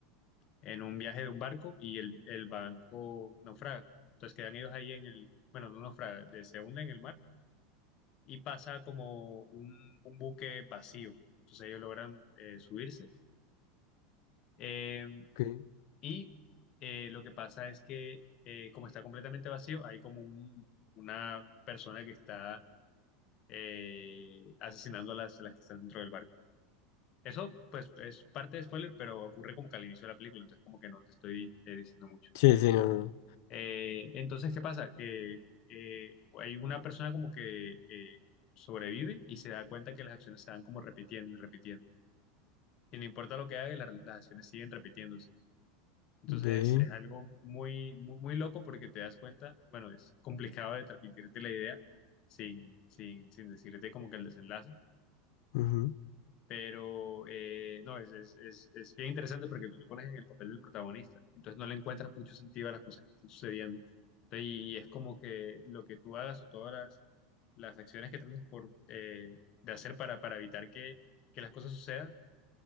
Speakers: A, on the left (about 30°); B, on the left (about 60°).
A: en un viaje de un barco y el, el barco naufraga. Entonces quedan ellos ahí en el, bueno, no naufraga, de- se hunde en el mar y pasa como un, un buque vacío. Entonces ellos logran eh, subirse. Eh,
B: Ok.
A: y eh, lo que pasa es que eh, como está completamente vacío, hay como un- una persona que está eh, asesinando a las, las que están dentro del barco. Eso, pues, es parte de spoiler, pero ocurre como que al inicio de la película, entonces como que no te estoy eh, diciendo mucho.
B: Sí, sí, no, no. no.
A: Eh, entonces, ¿qué pasa? Que eh, hay una persona como que eh, sobrevive y se da cuenta que las acciones se van como repitiendo y repitiendo. Y no importa lo que haga, la- las acciones siguen repitiéndose. Entonces,
B: Ve.
A: es algo muy, muy, muy loco porque te das cuenta, bueno, es complicado de transmitirte la idea sin, sin, sin decirte como que el desenlace
B: ujú.
A: Pero eh, no, es, es, es, es bien interesante porque tú te pones en el papel del protagonista, entonces no le encuentras mucho sentido a las cosas que están sucediendo. Entonces, y, y es como que lo que tú hagas o todas las, las acciones que trates por, eh, de hacer para, para evitar que, que las cosas sucedan